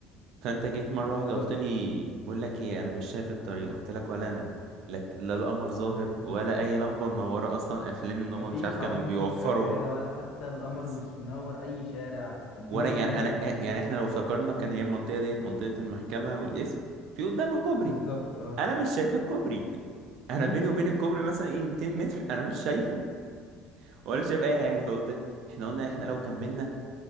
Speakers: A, on the right (about 65°); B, on the left (about 60°).
A: فانت جيت مرة
B: بالظبط
A: واحدة قلت لي بقول لك ايه انا مش شايف الطريق قلت لك ولا انا لك لا القمر ظاهر ولا اي لمبة منورة اصلا قافلين ان هم
B: مفيش
A: مش عارف كانوا
B: عواميد
A: بيوفروا
B: نور شغاله ولا حتى القمر
A: بس-
B: مش منور اي شارع الدنيا
A: وانا
B: ضلمه
A: يعني انا
B: ضلمه
A: يعني احنا لو افتكرنا كان هي المنطقة ديت منطقة المحكمة والاسم في قدامها كوبري
B: بالظبط اه
A: انا مش شايف الكوبري <laughs> انا
B: <laughs>
A: بيني وبين الكوبري مثلا ايه 200 متر انا مش شايفه ولا شايف اي حاجة فقلت احنا قلنا احنا لو كملنا